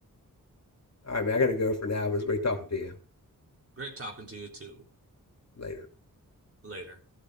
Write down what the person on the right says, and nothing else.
Great talking to you too.
Later.